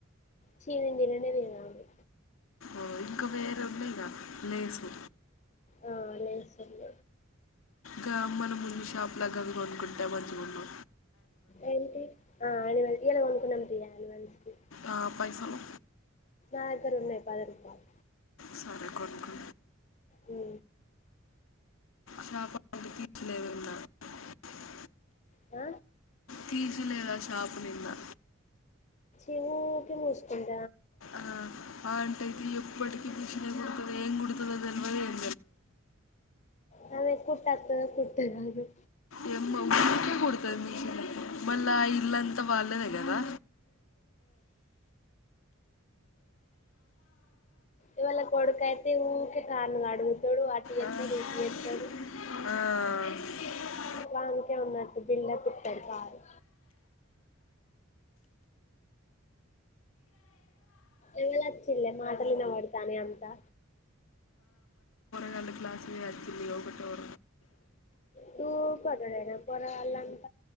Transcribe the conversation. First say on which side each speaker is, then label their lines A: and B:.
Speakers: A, on the left; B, on the left.
A: ఛీ నేను తిననే తిన అవి
B: ఓ ఇంకా వేరున్నయిగా లేసు
A: ఆ అనేే సర ఇగ
B: గా మన మున్ని షాప్లా గవి కొనుకుంటే మంచిగున్ను
A: ఏమిటి ఆ అనిమల్ ఇయాల కొనుకునం ఇ అనిమల్స్వి
B: ఆ పైసలో
A: ఆ దగర ఉన్నయి పద రూపాలు
B: సారే కొనుకు
A: ఆ
B: షా చలవిరంద <inaudible>
A: ఆ
B: తీసిలేద షపు నిన్నా
A: క వస్తుంది
B: ఆ ఆ అంటేది ఎప్పటికీ భష కొతుది ఏం కొతు ఎది ఎం
A: నమెే కుట్టతద కుట్టద అ
B: ఏ మ కొడుత మీ <unintelligible> మళ్ళ ఇల్ంత వాళ్ళదే కదా
A: ఇవళ కొడుకైతే ఊకే కను అడుగుతాడు ఆటి ఎతాడు
B: ఆ,
A: ఇటి ఎతాడు
B: ఆ
A: వాంకే ఉన్నట్టు బిలడపు ఇతడు కారు ఎవాళ వచ్చల్ మాటలు న వాడతానేే అంతా
B: నాలు క్లాస్ే అచ్చిదింది యోగా ఉ
A: తూ పరడేనా పోరగళు అంత